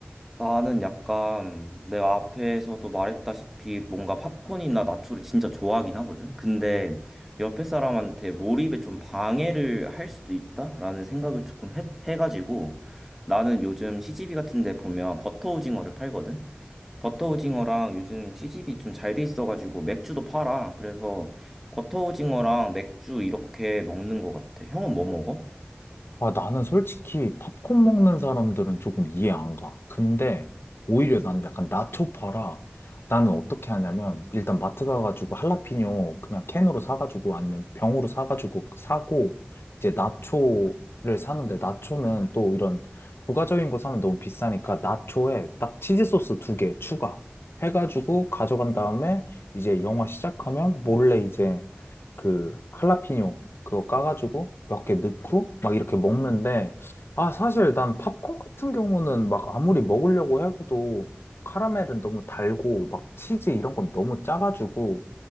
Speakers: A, in the centre; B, on the left.
A: 나는 약간 내가 앞에서도 말했다시피 뭔가 팝콘이나 나초를 진짜 좋아하긴 하거든. 근데 옆에 사람한테 몰입에 좀 방해를 할 수도 있다라는 생각을 조금 해, 해가지고 나는 요즘 시집이 같은 데 보면 버터 오징어를 팔거든. 버터 오징어랑 요즘 시집이 좀 잘 돼 있어가지고 맥주도 팔아. 그래서 버터 오징어랑 맥주 이렇게 먹는 것 같아. 형은 뭐 먹어?
B: 아, 나는 솔직히 팝콘 먹는 사람들은 조금 이해 안 가. 근데 오히려 난 약간 나초 파라. 나는 어떻게 하냐면 일단 마트 가가지고 할라피뇨 그냥 캔으로 사가지고 아니면 병으로 사가지고 사고 이제 나초를 사는데 나초는 또 이런 부가적인 거 사면 너무 비싸니까 나초에 딱 치즈 소스 두 개 추가 해가지고 가져간 다음에 이제 영화 시작하면 몰래 이제 그 할라피뇨 그거 까가지고 몇 개 넣고 막 이렇게 먹는데 아 사실 난 팝콘 같은 경우는 막 아무리 먹으려고 해도 카라멜은 너무 달고 막 치즈 이런 건 너무 짜가지고